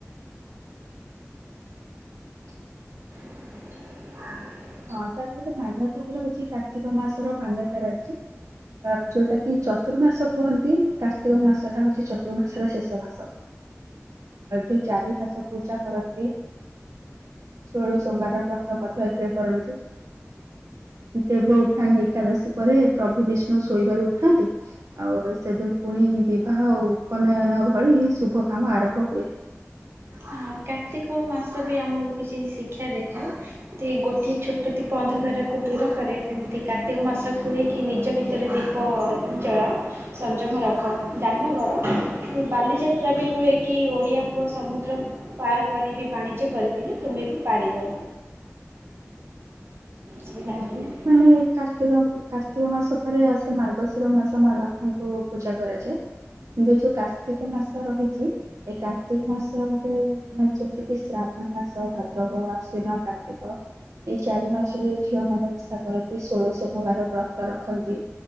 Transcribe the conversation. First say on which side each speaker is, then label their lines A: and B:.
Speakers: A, on the right; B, on the right.
A: <inaudible>
B: <inaudible>
A: ହଁ ତାର ଗୋଟେ ମାନ୍ୟତା ବି ରହିଛି କାର୍ତ୍ତିକ ମାସର ମାନ୍ୟତାର ଅଛି। ଅ ଯୋଉଟା କି ଚତୁର୍ମାସ କୁହନ୍ତି କାର୍ତ୍ତିକ ମାସ ଟା ହଉଛି ଚତୁର୍ମାସର ଶେଷ ମାସ ଆଉ ଯୋଉ ଚାରି ମାସ ପୂଜା କରନ୍ତି। ଷୋହଳ ସୋମବାର ବ୍ରତ ମଧ୍ୟ ଏଥିରେ କରନ୍ତି। ଦେବ ଉଠାଣି ଏକାଦଶୀ ପରେ ପ୍ରଭୁ ବିଷ୍ଣୁ ଶୋଇବାରୁ ଉଠନ୍ତି। ଆଉ ସେଦିନ ପୁଣି ବିବାହ ଉପନୟନ ଭଳି ଶୁଭ କାମ ଆରମ୍ଭ ହୁଏ।
B: ହଁ କାର୍ତ୍ତିକ ମାସ ବି ଆମକୁ କିଛି ଶିକ୍ଷା ଦେଇଥାଏ। ଯଦି ଗୋଟିଏ ଛୋଟ ଦୀପ ଅନ୍ଧାରକୁ ଦୂର କରେ। ସେମିତି କାର୍ତ୍ତିକ ମାସ କୁହେ କିି ନିଜ ଭିତରେ ଦୀ ପ ଜଳାଅ ସଂଯମ ରଖ ଦାନ କର। ବାଲିଯାତ୍ରା ବି କୁହେକି ଓଡିଆ ପୁଅ ସମୁଦ୍ର ପାର କରି ବି ବାଣିଜ୍ୟ କରିଥିଲେ ତୁମେ ବି ପାରିବ। ସଇଲା
A: କରିମି
B: ସଇଲା।
A: <unintelligible> ମାନେ କା କର୍ତ୍ତିକ ଉଁ ଉଁ କାର୍ତ୍ତିକ ମାସ ପରେ ଆସେ ମାର୍ଗଶିର ମାସ ମା ଲକ୍ଷ୍ମୀଙ୍କୁ ପୂଜା କରାଯାଏ। କିନ୍ତୁ ଏଇ ଯୋଉ କାର୍ତ୍ତିକ ମାସ ରହିଚି। ଏ କାର୍ତ୍ତିକ ମାସରେ ମାନେ ଯେମିତି କି ଶ୍ରାବଣ ମାସ ଭାଦ୍ରବ, ଆଶ୍ଵିନ, କାର୍ତ୍ତିକ ଏଇ ଚାରି ମାସରେ ଝିଅ ମାନେ ଓଶା କରନ୍ତି। ଷୋଳ ସୋମବାର ବ୍ରତ ରଖନ୍ତି।